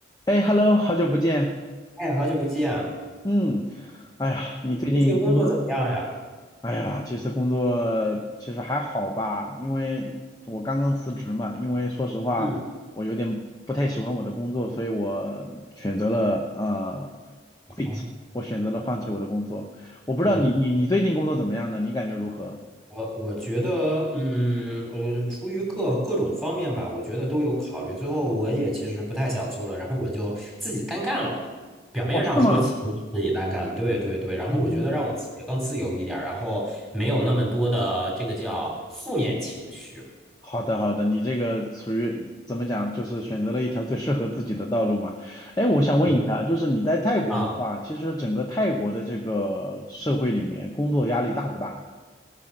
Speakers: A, on the left (about 20°); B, in the centre.
A: 哎，Hello，好久不见。
B: 哎，好久不见，
A: 嗯，哎呀，你最近工作，
B: 最近工作怎么样呀？
A: 哎呀，其实工作其实还好吧，因为我刚刚辞职嘛。因为说实话，
B: 嗯，
A: 我有点不太喜欢我的工作，所以我选择了呃
B: 你好。
A: quit，我选择了放弃我的工作。我不知道你你你最近工作怎么样呢？
B: 嗯，
A: 你感觉如何？
B: 我我觉得，嗯，呃，出于各各种方面吧，我觉得都有考虑。最后，我也其实不太想做了，然后我就自己单干了。表面上说其实自己单干，
A: 哦，是吗？
B: 对对对。然后我觉得让我自己更自由一点儿，
A: 嗯，
B: 然后没有那么多的这个叫负面情绪。
A: 好的，好的，你这个属于怎么讲，就是选择了一条最适合自己的道路嘛。哎，我想问一下，
B: 对。
A: 就是你在泰国的话，
B: 啊，
A: 其实整个泰国的这个社会里面，工作压力大不大？